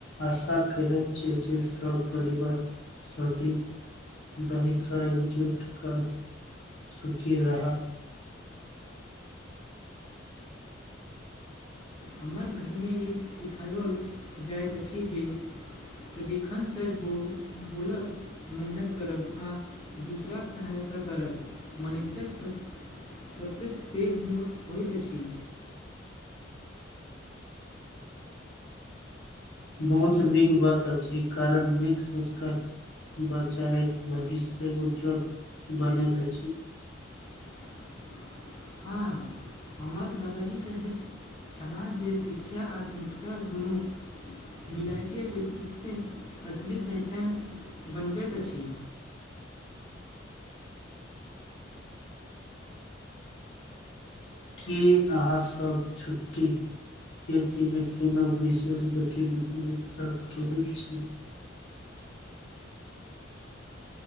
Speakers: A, on the left; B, on the left.
A: आशा करैत छियै जे सब परिवार साथी दरिका एकजुट का सुखी रहा
B: हमर घरमे ई सिखाओल जाइत अछि जे सदिखन सच बो बोलब मेहनत करब आ दूसरा के सहायता करब मनुष्यक सभ सभसँ पैघ गुण होइत अछि
A: बहुत नीक बात अछि कारण नीक संस्कर बच्चा के भविष्य उज्जल बनैत अछि।
B: <inaudible> हँ हमर दादाजी कहैत छलाह जे शिक्षा आ संस्कार दुनू मिलायके व्यक्तित्व असली पहचान बनबैत अछि।
A: की अहाँसभ छुट्टी के दिन कोनो विशेष गतिविधि एक साथ करई छी?